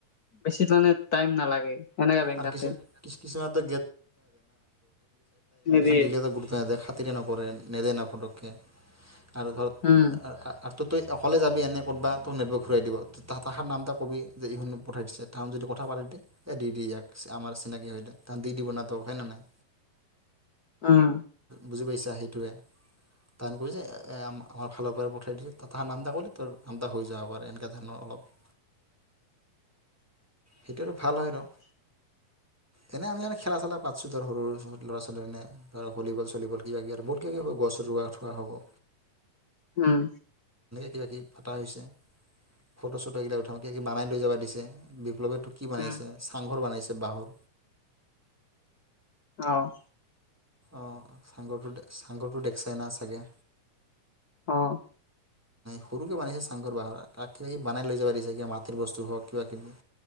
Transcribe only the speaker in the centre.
আৰু
কিছু কি <unintelligible>
দিলেও গুৰুত্ব নিদিয়ে। নপৰে নেদে ন ফটকে আৰু ধৰ
ত' তই অকলে যাবি এনে ক'তবাত তোৰ নেটৱৰ্ক ঘূৰাই দিব ত তাহাৰ নাম এটা কবি যে ইখ পঠাই দিছে তাহন যদি কথা পাতি এ দিদ ইয়াক আমাৰ চিনাকি হৈ দে কাৰ দি দিব না ত হয় ন নাই।
বুজি পাইছা সেইটোৱে। তাৰ হৈ যায় আমাৰ ফালৰ পৰাই পঠাই দিছো তাৰ নাম টা কলি হৈ যাব পাৰে এনেকুৱা ধৰণৰ অলপ।
সেইটোৱে টো ভাল হয় ন
এনে আমি খেলা চেলা পাতিছো ধৰ সৰু ল'ৰা ছোৱালী এনে ধৰ ভলীবল চলিবল কিবা কিবি আৰু বহুত কিবা কিবি। গছ ৰুৱা থোৱা হ'ব।
কিবা কি ফটা হৈছে ফটো চটো এইগিলাক উঠাওঁ কিবা কি বনাই লৈ যাবা দিছে বিপ্লৱে। টো কি বনাইছে?
চাংঘৰ বনাইছে বাঁহৰ।
অ' চাংঘৰটো, চাংঘৰটো দেখিচাই ন চাগে।
সৰুকে বানিছে চাংঘৰ বাঁহৰ কিবাকিবি বনাই লৈ যাবা দিছে, কিবা মাটিৰ বস্তু হওঁক কিবা কিবি।